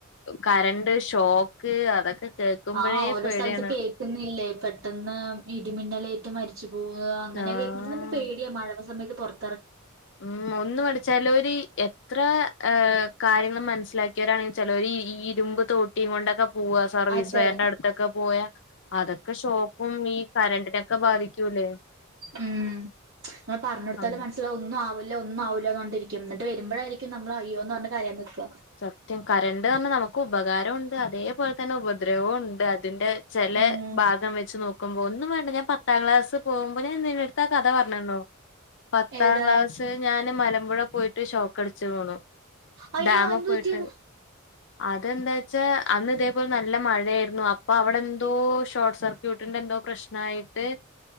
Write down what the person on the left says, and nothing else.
കരണ്ട് ഷോക്ക് അതൊക്കെ കേൾക്കുമ്പോഴേ
പേടിയാണ്
ആഹ്
ഉം ഒന്ന് പഠിച്ചാല് ഒര് എത്ര ഏ കാര്യങ്ങൾ മനസ്സിലാക്കിയവരാണെച്ചാൽ ഒര് ഇരുമ്പ് തോട്ടിയും കൊണ്ട് ക്കെ പോവാ സർവീസ്
വയറിന്റെ അടുത്തൊക്കെ പോയാ അതൊക്കെ ഷോക്കും ഈ കറണ്ടിനൊക്കെ ബാധിക്കൂലേ.
അങ്ങനെ
സത്യം കരണ്ട് പറഞ്ഞാൽ നമുക്ക് ഉപകാരം ഉണ്ട് അതേപോലെ തന്നെ ഉപദ്രവവും ഒണ്ട് അ ഇതിന്റെ ചെല
ഭാഗം വെച്ച് നോക്കുമ്പോ ഒന്നും വേണ്ട ഞാൻ പത്താം ക്ലാസ് പോക്മ്പോ ഞാൻ <unintelligible> <inaudible> കഥ പറഞ്ഞന്നോ പത്താം
ക്ലാസ് ഞാന് മന ഇവിടെ പോയിട്ട് ഷോക്ക് അടിച്ച് വീണു.
ഡാമി
പോയിട്ട്
അതെന്താച്ചാ അന്ന് ഇതേപോലെ നല്ല മഴയാര്ന്നു അപ്പൊ അവിടെ എന്തോ ഷോർട്ട് സർക്യൂട്ടിന്റെ എന്തോ പ്പൊ പ്രശ്നായിട്ട്